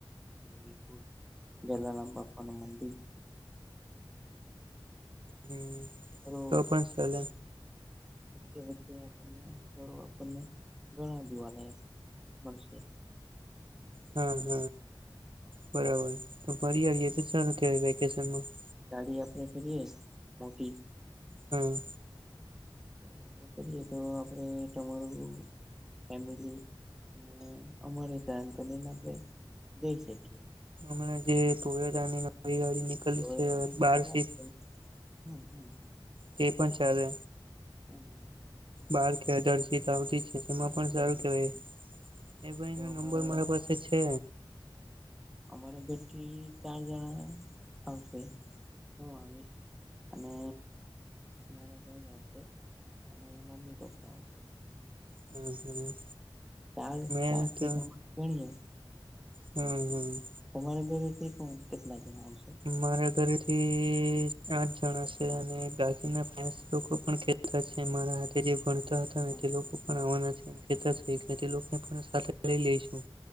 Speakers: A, in the centre; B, on the right (about 70°).
A: વિરપુર, જલારામ બાપાનું મંદિર
B: હમ,
A: સ્થળો
B: તો પણ ચાલે
A: વચ્ચે- વચ્ચે આપણને સ્થળો આપણને ઘણા જોવાલાયક મળશે.
B: હ, હ, બરાબર, તો ફરી આવીએે તો સારું કેવાય વેકેશનમાં.
A: ગાડી આપડે કરીએ, મોટી
B: હમ,
A: ગાડી આપડે કરીએ તો, આપડે તમારું ફેમિલી, ને અમારેતા એમકરને આપણે જઈ શકીએ.
B: હમણા જે ટોયોટાની નવી ગાડી નીકળલી
A: હવે
B: છે,
A: તમે
B: બાર સીટ
A: હમ, હમ,
B: તે પણ ચાલે,
A: હમ
B: બાર કે આઠાર સીટ આવતી છે. એમાં પણ
A: હમ
B: સારું કેવાય,
A: હમ
B: એ ભાઈ
A: તો
B: નો નંબર
A: અમારા
B: મારા પાસે છે.
A: અમારા ઘર થી ચાર જણા આવશે. હું આવીશ, અને મારા ભાઈ આવશે. અને મમ્મી- પપ્પા આવશે.
B: હમ હમ
A: ચાર-
B: મેં
A: ચાર સીટ
B: તો
A: આમા ઞણીએ
B: હમ, હમ,
A: તમારા ઘરેથી કોણ? કેટલા જણા આવશે?
B: મારા ઘરેથી આઠ જણા છે, અને બાકીના ફેન્ડસ લોકો પણ કેતા છે, મારા હાથે જે ભણતા હતા હ,
A: હમ
B: તે લોકો
A: હમ
B: પણ આવાના છે એમ કેતા છે,
A: હમ.
B: એટલે તેલોક ને પણ સાથે લઈ લઈશું.